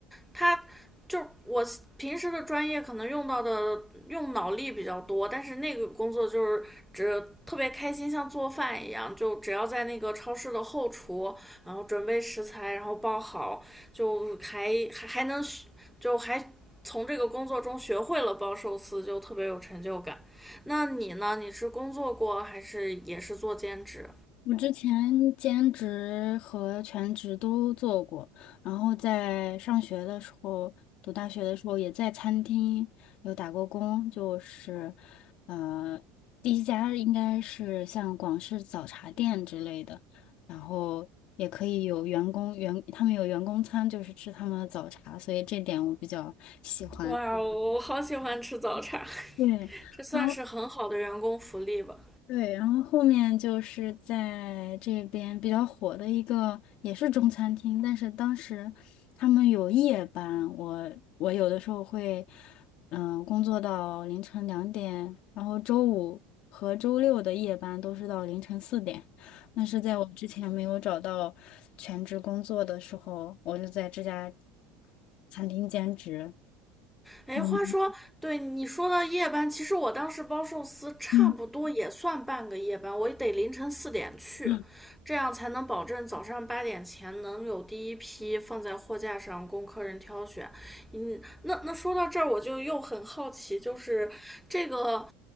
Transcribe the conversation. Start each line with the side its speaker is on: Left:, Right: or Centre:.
Centre: 它就我平时的专业可能用到的用脑力比较多，但是那个工作就是只特别开心，像做饭一样，就只要在那个超市的后厨，然后准备食材，然后包好，就还还还能就还从这个工作中学会了包寿司，就特别有成就感。那你呢？你是工作过还是也是做兼职？
Left: 我之前兼职和全职都做过，然后在上学的时候，读大学的时候也在餐厅有打过工，就是，呃，第一家应该是像广式早茶店之类的，然后也可以有员工员，他们有员工餐，就是吃他们的早茶，所以这点我比较喜欢。
Centre: 哇，我好喜欢吃早茶。<laughs>
Left: 对。
Centre: 这算是很好的员工福利吧？
Left: 然后。对，然后后面就是在这边比较火的一个，也是中餐厅，但是当时他们有夜班，我我有的时候会，嗯、工作到凌晨两点，然后周五和周六的夜班都是到凌晨四点。那是在我之前没有找到全职工作的时候，我就在这家餐厅兼职。
Centre: 哎，
Left: 嗯
Centre: 话说，对你说到夜班，其实我当时包寿司差不多也算半个夜班，
Left: 嗯
Centre: 我得凌晨四点去，
Left: 嗯，
Centre: 这样才能保证早上八点前能有第一批放在货架上供客人挑选。嗯，那那说到这儿，我就又很好奇，就是这个